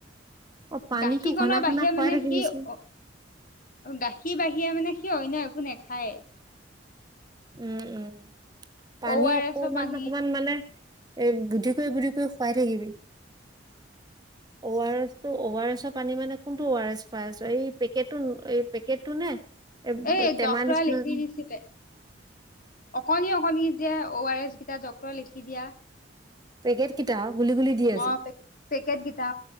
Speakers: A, on the right; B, on the left.
A: অ পানীতো
B: গাখীৰ কণনৰ
A: ঘনা
B: বাহিৰে
A: ঘনা খুৱাই
B: মানে
A: থাকিবিচোন
B: সি অ। গাখীৰ বাহীৰে মানে সি অন্য একো নেখায়ে
A: উম উম পানী
B: অ' আৰ
A: অকমান
B: এছৰ পানী
A: অকমান মানে। এ বুদ্ধি কৈ বুদ্ধি কৈ খুৱাই থাকিবি অ আৰ এছ ত' আৰু এছৰ পানী মানে কোনটো অ আৰ এছ পাই আছো এই পেকেটটো এই পেকেটটো নে। এ
B: এই
A: ব টেমা
B: ডক্তৰে
A: নিচিনা
B: লিখি
A: যে
B: দিছিলে। অকণি অকণি যে অ আৰ এছ গেইটা ডক্টৰে লিখি দিয়া
A: পেকেট কেইটা গুলি গুলি দিয়ে
B: অ'
A: যে
B: পেকেট কেইটা